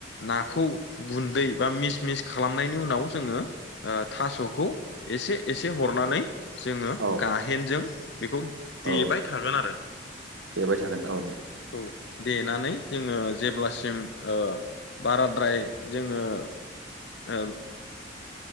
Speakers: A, on the left; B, on the right.
A: नाखौ गुन्दै बा मिस मिस खालामनायनि उनाव जोङो ओ थास'खौ एसे एसे हरनानै जोङो
B: औ
A: गाहेनजों बेखौ देबाय
B: औ
A: थागोन आरो
B: देबाय थागोन औ
A: औ। देनानै जोङो जेब्लासिम ओ बाराद्राय जोङो ओ।